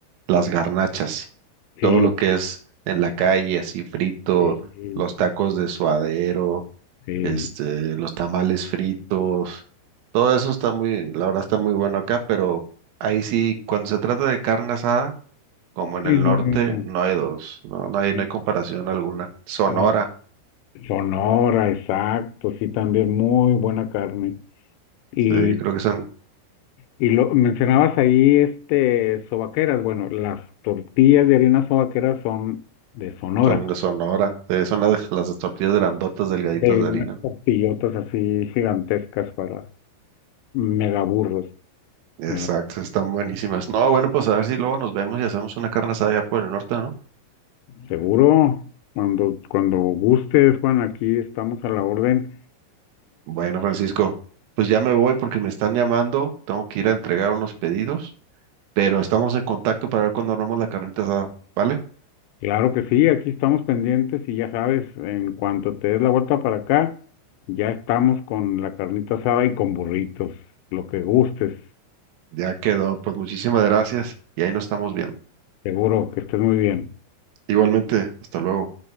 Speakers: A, on the right; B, on the left.
A: las garnachas.
B: Sí,
A: Todo lo que es en la calle, así frito,
B: sí.
A: los tacos de suadero,
B: Sí,
A: este, los tamales fritos. Todo eso está muy, la verdad está muy bueno acá, pero ahí sí, cuando se trata de carne asada, como en
B: sí,
A: el
B: no,
A: norte,
B: no,
A: no hay dos, no, no hay,
B: no.
A: no
B: Eh,
A: hay comparación alguna. Sonora,
B: eh, Sonora, exacto, sí, también muy buena carne. Y,
A: sí, creo que son,
B: y lo mencionabas ahí, este, sobaqueras. Bueno, las tortillas de harina sobaqueras son de Sonora.
A: son de Sonora, sí, son las, las tortillas grandotas, delgaditas
B: Eh,
A: de harina.
B: unas tortillotas así gigantescas para megaburros,
A: Exacto,
B: ¿verdad?
A: están buenísimas. No, bueno, pues a ver si luego nos vemos y hacemos una carne asada allá por el norte, ¿no?
B: Seguro, cuando, cuando gustes, Juan, aquí estamos a la orden
A: Bueno, Francisco, pues ya me voy porque me están llamando, tengo que ir a entregar unos pedidos, pero estamos en contacto para ver cuándo armamos la carnita asada, ¿vale?
B: Claro que sí, aquí estamos pendientes y ya sabes, en cuanto te des la vuelta para acá, ya estamos con la carnita asada y con burritos, lo que gustes.
A: Ya quedó, pues muchísimas gracias y ahí nos estamos viendo.
B: Seguro que estés muy bien.
A: Igualmente, hasta luego.